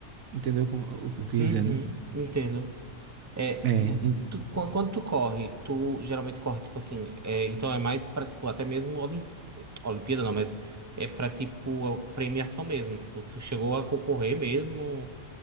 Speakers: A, on the right (about 80°); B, on the right (about 15°).
A: entendeu como- o que eu quis
B: Uhum.
A: dizer, né?
B: Entendo. É,
A: É,
B: vo-
A: in-
B: tu- quan- quando, tu corre, tu geralmente corre, tipo assim, é, então é mais pra, tipo, até mesmo Olim- Olimpíada, não, mas é pra, tipo, a premiação mesmo, tipo, tu chegou a concorrer mesmo,